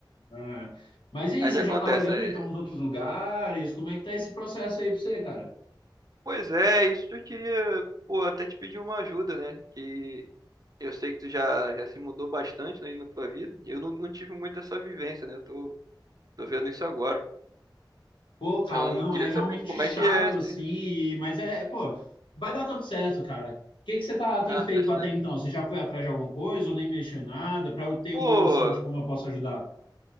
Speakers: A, on the left; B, on the right.
A: Ah. Mas e aí,
B: Aí
A: você
B: o que acontece?
A: já tá olhando
B: é,
A: então os outros lugares? Como é que tá esse processo aí pra você, cara?
B: Pois é, isso que eu queria, pô, até te pedir uma ajuda, né? Que eu sei que tu já, já se mudou bastante né, aí na tua vida. Eu não, não tive muito essa vivência, né? Eu tô, tô vendo isso agora.
A: Pô, cara,
B: Então,
A: não,
B: queria
A: é realmente
B: saber como
A: chato,
B: é que é esse.
A: assim, e- mas é, pô, vai dar tudo certo, cara. O que que você tá, tem
B: Ah,
A: feito
B: deixa
A: até
B: eu...
A: então?
B: ver.
A: Você já foi atrás de alguma coisa ou nem mexeu em nada, para eu ter
B: Pô,
A: uma noção de como eu posso ajudar?